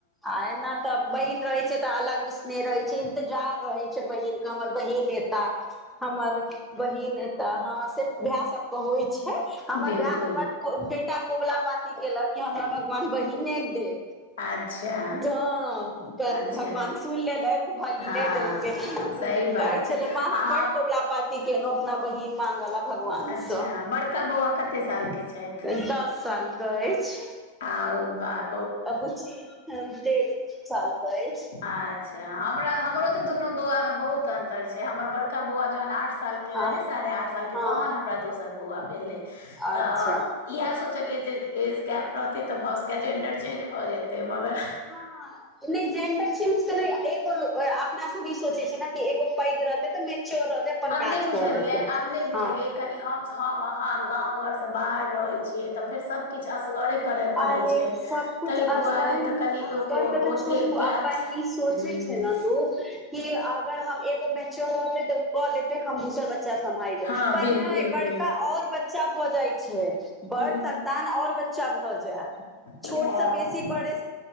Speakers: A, in the centre; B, on the left (about 65°).
A: आय न तब बहिन रहे छै तऽ अलग विसनेह रहे छै इंतजार रहे छै बहिन के हमर बहिन ए तऽ हमर बहिन ए तऽ हँ से भाय सबके होइ छै हमर
B: बिलकुल
A: भाय तऽ बड बेटा कबुला पात केलक कऽ हमरा भगवान बहिने दे
B: अच्छा
A: ज पर
B: अच्छा
A: भगवान सुनि लेलै तऽ बहिने
B: हँ
A: देलकै
B: हँ
A: उ
B: सही बात
A: कहै
B: छै
A: छलै माँ
B: अहाँ
A: हम बड कबला पाती केेलौं अपना बहिन मंगला भगवानस
B: अच्छा बड़का बौआ कते साल के छथि
A: दस साल कह अछि
B: आ बात
A: अगू छी देढ़ साल कहै
B: अच्छा हमरा हमरो तऽ दुनू बौआ में बहुत तऽ अंतर छै हमर बड़का बौआ जहन आठ साल के
A: हँ
B: रहे साढ़े आठ साल के तहन
A: हँ
B: हमरा दोसर बौआ भेले तऽ
A: अच्छा
B: इह सोचलिये जे एज गैप रहते ते भए सक जेंडर चेंज भए जेते मगर
A: हँ नइ जेंडर एगो अपनासँ भी सोचै छै ने एगो पैघ रहतै तऽ मैच्योर रहतै अपन
B: आब
A: काज
B: नइ बुझलियै
A: कऽ लेतै
B: आब नहि बुझलियै
A: हँ
B: कनि हम हम अहाँब गाँव घर से बाहर रहै छियै तऽ फेर सब किछ असगरे करय पड़ै
A: अरे
B: छै
A: सबकुछ
B: तहि
A: असगरे
B: दुआरे
A: मे
B: तऽ कनि
A: असगर
B: लोक ओतेक
A: के तऽ छोड़ू अपन
B: गैप
A: ई सोचें
B: ह
A: छै ने लोग कि अगर हम एगो केओ रहितै तऽ ओ क लेते हम दोसर बच्चा सम्भाल लेब
B: हँ
A: पर
B: बिलकुल
A: नइ बड़का
B: बिलकुल
A: और बचा बच्चा भऽ जाइ छै बड़
B: ह
A: संन्तान और बच्चा भऽ जा तऽ
B: हँ
A: छोट से बेसी बड़े